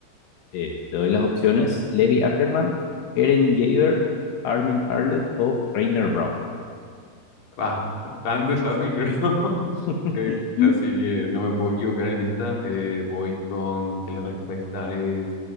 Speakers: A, on the left (about 75°); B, on the left (about 45°).
A: Eh, te doy las opciones, Levi Ackerman, Eren Jaeger, Armin Arlet o Rainer Brown. <clears throat>
B: Ah, Bastante fácil, creo. <laughs>
A: <laughs>
B: Eh, así que no me puedo equivocar en esta. Eh, voy con que la respuesta es